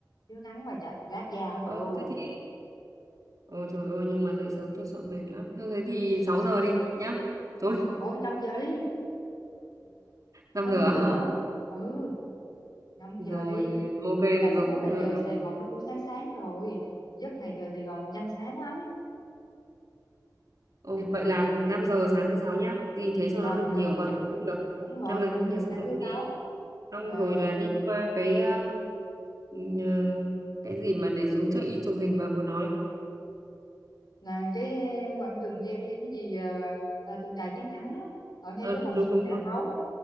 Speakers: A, on the left; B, on the right.
A: chứ nắng mà chạy rát da mà
B: ờ,
A: ôi
B: thế thì ôi trời ơi nhưng mà dậy sớm tôi sợ mệt lắm. Thôi thế thì 6 giờ đi nhá. Chỗ đi,
A: thôi 5 giờ đi năm
B: 5 giờ á
A: giờ
B: hả?
A: ừ năm
B: Rồi,
A: giờ đi
B: ok được
A: là lúc
B: rồi,
A: đó là
B: tôi
A: trời
B: được rồi.
A: Sài Gòn nó cũng sáng sáng rồi giấc này trời Sài Gòn nhanh sáng lắm
B: Ồ, vậy là 5 giờ sáng thứ sáu nhá. Đi thế cho
A: rồi
B: nó được
A: năm
B: nhiều vậy. Cũng được.
A: đúng rồi
B: năm giờ
A: năm
B: sáng
A: giờ
B: thứ sáu
A: sáng thứ
B: mình đi.
A: sáu
B: Xong
A: rồi
B: rồi là đi qua cái um, nhờ- cái gì mà để xuống chơi in chụp hình bà vừa nói.
A: là cái eh, quảng trường gì cái gì ờ, ờ, tượng đài chiến thắng ở ngay
B: Ờ,
A: cái vòng
B: đúng
A: xoay
B: đúng
A: ngã
B: rồi.
A: sáu